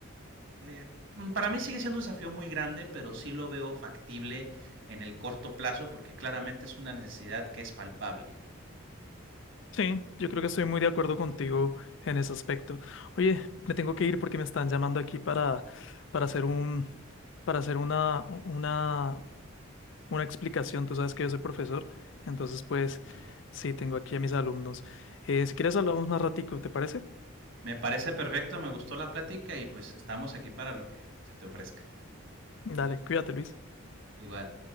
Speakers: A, on the right; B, on the left.
A: Eh, mm, para mí sigue siendo un desafío muy grande, pero sí lo veo factible en el corto plazo porque claramente es una necesidad que es palpable.
B: Sí, yo creo que estoy muy de acuerdo contigo en ese aspecto. Oye, me tengo que ir porque me están llamando aquí para, para hacer un, para hacer una, una, una explicación. Tú sabes que yo soy profesor, entonces pues
A: Vale.
B: sí, tengo aquí a mis alumnos. Eh, si quieres hablamos más ratico, ¿te parece?
A: Me parece perfecto, me gustó la plática y pues estamos aquí para lo que se te ofrezca.
B: Dale, cuídate, Luis.
A: Igual.